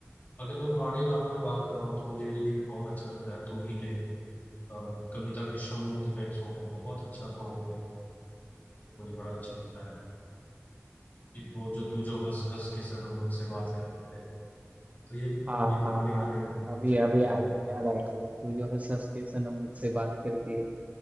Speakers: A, on the left; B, on the right.
A: अगर मैं पुराने गानों में बात करूँ तो मुझे ये भी बहुत अच्छा लगता है तू ही रे अ, कविता कृष्णमूर्ति का एक सॉन्ग है बहुत अच्छा सॉन्ग है मुझे बड़ा अच्छा लगता है एक वो जो तू जो हंस हंस के सनम मुझसे बात करती है तो ये
B: हाँ
A: ये पुराने
B: हाँ हाँ
A: गाने
B: हाँ
A: हैं बहुत
B: अभी
A: अच्छे
B: अभी
A: लगते
B: याद
A: हैं
B: याद आया वो तू जो है सस के सनम मुझसे बात करती है